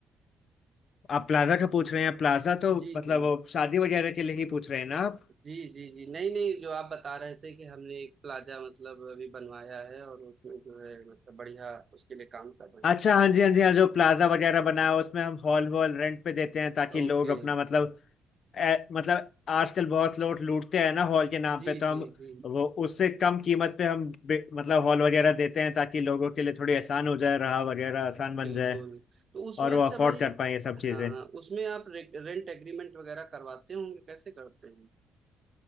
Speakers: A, on the left; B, on the right.
A: आप प्लाजा का पूछ रहे हैं प्लाजा तो
B: जी
A: मतलब
B: जी
A: वो शादी वगैरह के लिए ही पूछ रहे हैं ना आप
B: जी जी जी नहीं नहीं जो आप बता रहे थे कि हमने एक प्लाजा मतलब अभी बनवाया है और उसमें जो है मतलब बढ़िया उसके लिए काम कर रहे हैं
A: अच्छा हाँ जी हाँ जी हाँ जो प्लाजा वगैरह बनाया है, उसमें हम हॉल वॉल रेंट पे देते हैं ताकि
B: ओके
A: लोग अपना मतलब ए- मतलब आजकल बहुत लोग लूटते हैं ना हॉल के नाम
B: जी
A: पे तो हम
B: जी जी
A: वो उससे कम कीमत पे हम बे- मतलब हॉल वगैरह देते हैं ताकि लोगों के लिए थोड़ी आसान हो जाए रहा वगैरह आसान बन
B: बिल्कुल
A: जाए
B: तो उसमें
A: और
B: अच्छा
A: वो अफोर्ड
B: भाई
A: कर पाए ये सब चीजें
B: हाँ उसमें आप रे, रेंट एग्रीमेंट वगैरह करवाते होंगे कैसे करते हैं